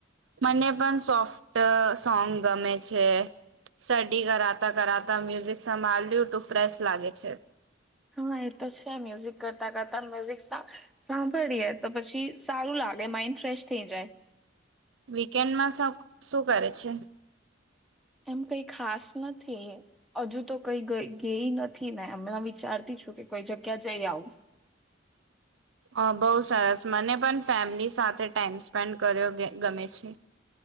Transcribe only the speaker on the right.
મને પણ સોફ્ટ સોંગ ગમે છે સ્ટડી કરાતા કરાતા મ્યુઝિક સંભળ્યું તું ફ્રેશ લાગે છે.
વીકેન્ડમાં શ શું કરે છે?
અ બહુ સરસ મને પણ ફેમિલી સાથે ટાઈમ સ્પેન્ડ કર્યો ગમે છે.